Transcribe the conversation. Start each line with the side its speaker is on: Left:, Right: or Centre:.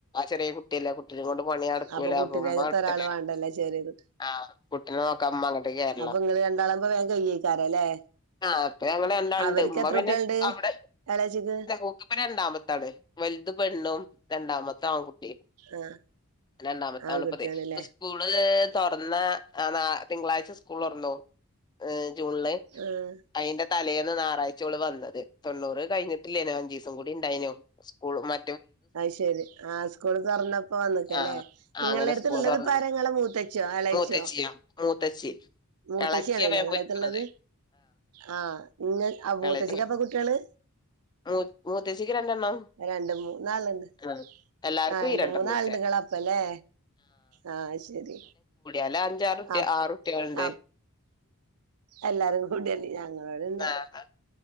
Left: ചെറിയ കുട്ടിയല്ല ആ കുട്ടിനെകൊണ്ട് പണി നടക്കൂലു
Right: അപ്പൊ കുട്ടിന്റെകത്ത്
Left: ഇപ്പം മ്മ അവിടെത്തന്നേണ്
Right: ഒരാള് വാണ്ടല്ലേ ചെറിയ കുട്ടി
Left: ആഹ് കുട്ടീനെ നോക്കമ്മ അങ്ങ്ട്ട് <unintelligible>
Right: അപ്പൊ ഇങ്ങള് രണ്ടാളാവുമ്പോ വേം കയ്യേക്കാരല്ലേ
Left: ആ അപ്പ അങ്ങ രണ്ടാളുണ്ട്
Right: അവര്ക്ക്
Left: ഉമ്മ
Right: എത്ര
Left: പിന്നെ
Right: കുട്ട്യാള്ണ്ട്
Left: അവിടെ
Right: എളേച്ചിക്ക്
Left: ഓക്കിപ്പ രണ്ടാമത്താള് വലുത് പെണ്ണും രണ്ടാമത്താൺ ട്ടി
Right: ആഹ്
Left: രണ്ടാമത്താണിപ്പതേ
Right: ആൺകുട്ട്യാണ്ല്ലേ
Left: ഇപ്പം സ്കൂള് തുറന്ന ആന്നാ തിങ്കളാഴ്ച്ച സ്കൂള് തൊറന്നു ജൂണില്
Right: ആഹ്
Left: അയിൻ്റ തലേന്ന് ഞായറാഴ്ച്ച ഇവള് വന്നത് തൊണ്ണൂറ് കഴിഞ്ഞിട്ടില്ലേനൊ അഞ്ചൂസം കൂടി ഇണ്ടായിനു സ്കൂൾ മ
Right: അയ് ശരി ആ സ്കൂൾ പറഞ്ഞപ്പോ വന്നിക്കല്ലേ
Left: ആഹ് ആഹ്
Right: നിങ്ങൾടെടുത്ത്ള്ളത്
Left: അങ്ങനെ സ്കൂള് തുറന്നതാ
Right: ഇപ്പ ആരാ ഇങ്ങട മൂത്തേച്ചിയോ എളേച്ചിയോ
Left: മൂത്തച്ചിയോ മൂത്തച്ചി
Right: മൂത്തേച്ചാ
Left: എളച്ചിയാ
Right: ആണ്ല്ലേ
Left: വേം
Right: നിങ്ങള
Left: പോയിക്ക്ണത്
Right: അടുത്ത്ള്ളത് ആഹ് ആഹ് ഇങ്ങ ആ ബൂത്തേച്ചിക്കാപ്പ
Left: എളേ
Right: കുട്ടികള്-
Left: മൂ മൂത്തച്ചിക്ക് രണ്ടെണ്ണം
Right: രണ്ട് മൂന്നാളുണ്ട്
Left: ആഹ് എല്ലാർക്കും
Right: ആ രണ്ട്
Left: ഈ രണ്ടെണ്ണംച്ചെ
Right: മൂന്നാള്ളുണ്ട്അപ്പോല്ലേ ആഹ് ശരി-
Left: എലാം അഞ്ചാറുട്ടിയ
Right: അപ്
Left: ആറുട്ടികളുണ്ട്
Right: അപ് എല്ലാരും കൂടിയല് ഞങ്ങ- എവിടെണ്ട്
Left: ആഹ്